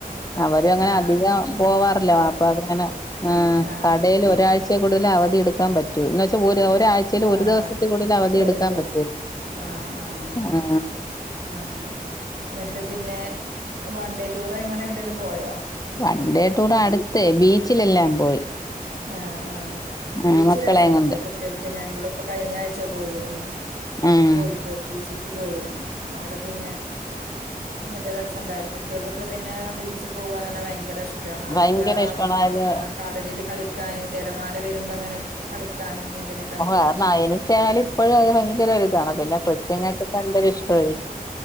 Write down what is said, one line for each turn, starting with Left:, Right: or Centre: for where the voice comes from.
Left: അവരും അങ്ങനെ
Right: ആഹ്
Left: അധികം
Right: ആഹ്
Left: പോവാറില്ല
Right: അടുത്താണല്ലേ
Left: വാപ്പാക്ക് അങ്ങനെ
Right: ആഹ്
Left: കടേല്
Right: ആഹ്
Left: ഒരാ ഴ്ച കൂടുതൽ അവധി എടുക്കാൻ പറ്റു എന്ന്വച്ചാ ഒരാ ച ഒരു
Right: ആഹ്
Left: ദിവസത്തി കൂടുതൽ അവധി
Right: ഒരു
Left: എടുക്കാൻ
Right: ദിവസം
Left: പറ്റൂ
Right: ആഹ് ആഹ്
Left: ആ
Right: അങ്ങനെ എന്നിട്ട് പിന്നെ വൺ ഡേ ടൂറങ്ങടെ എങ്ങടെങ്കിലും പോയോ
Left: വൺ ഡേ ടൂർ അടുത്തേ ബീച്ചിലെല്ലാം പോയി
Right: ആഹ് ആഹ്
Left: ആഹ്
Right: ബീച്ച്
Left: മക്കളേം
Right: രസാണല്ലേ
Left: കൊണ്ട്
Right: കുട്ടികൾക്ക് ഞങ്ങിപ്പോ കഴിഞ്ഞ ആഴ്ച പോയിരുന്നു
Left: ഉം
Right: കോഴിക്കോട് ബീച്ചിലേക്ക് പോയിരുന്നു അവിടെ പിന്നെ നല്ല രസംണ്ടായത് കുട്ടികൾക്കൊക്കെ പിന്നെ ബീച്ചിൽ പോവാന്നറഞ്ഞാ തന്നെ ഭയങ്കര ഇഷ് ടാണ് അവർക്ക്
Left: ഭയങ്കര ഇഷ്ടമാണ് അത്
Right: ആ കടലില് കളിക്കാന് തിരമാല വരുമ്പ അങ്ങനെ കളിക്കാനും അതിനൊക്കെ നല്ല
Left: ഓ <unintelligible>
Right: ഇഷ്ട
Left: എനിക്കായാലും ഇപ്പോഴും അത് ഭയങ്കര ഒരുതാണ് പിന്നെ കൃത്യങ്ങൾക്കക്ക് ഇപ്പോ എന്തരും ഇഷ്ടായി